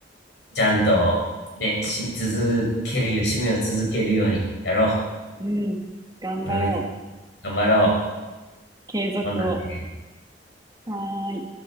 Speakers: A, on the left; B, on the right.
A: ちゃんとね、し、続けるよ、趣味を続けるようにやろう。
B: うん、頑張ろう。
A: 俺も頑張ろう。
B: 継続を。
A: ほんなね。
B: はーい。